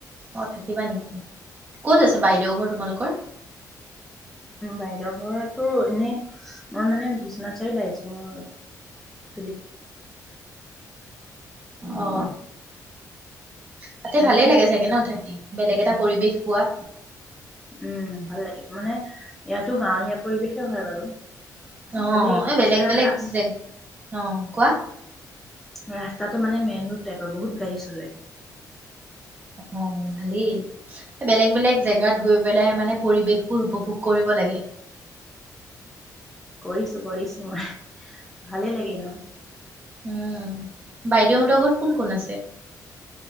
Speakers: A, on the right; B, in the centre.
A: অ, থাকিবা নেকি? ক'ত আছে, বাইদেউ ঘৰ তোমালোকৰ?
B: বাহিৰৰ ঘোৰটো এনে, মই মানে বিশ্বনাথ চাৰলী আহিছো মোৰ ঘৰ।
A: অ, অ তাতে
B: এনে
A: ভালেই লাগে চাগে ন থাকি? বেলেগ এটা পৰিৱেশ পোৱা।
B: উম, ভাল লাগে। মানে ইয়াতো, গাঁৱলীয়া পৰিৱেশে হয় বাৰু।
A: অ,
B: খালি
A: এই বেলেগ
B: ইয়াৰ
A: বেলেগ
B: ৰাস
A: <unintelligible> কোৱা।
B: ৰাস্তাটো মানে, মেইন ৰোড টাইপৰ বহুত গাড়ী চলে।
A: অ, ভালেই। বেলেগ, বেলেগ জেগাত গৈ বেলাই মানে, পৰিৱেশবোৰ উপভোগ কৰিব লাগে।
B: কৰিছো, কৰিছো মই ভালে লাগে ন।
A: উম, বাইদেউহতৰ ঘৰত কোন, কোন আছে?